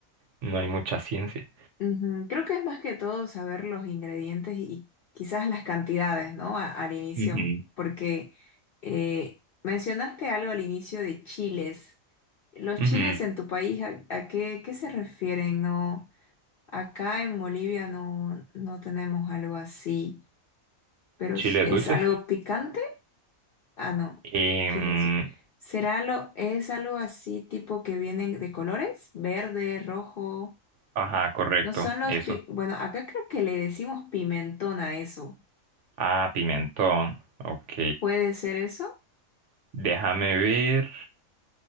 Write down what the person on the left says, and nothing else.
Ujú. Creo que es más que todo saber los ingredientes y quizás las cantidades, ¿no? A- al inicio,
porque eh, mencionaste algo al inicio de chiles. Los
chiles en tu país, ¿a, a qué, qué se refieren? No, acá en Bolivia no, no tenemos algo así, pero
¿es es
algo picante? Ah, no,
chiles. ¿Será lo, es algo así tipo que vienen de colores? Verde, rojo.
No son los,
pi- bueno, acá creo que le decimos pimentón a eso.
¿Puede ser eso?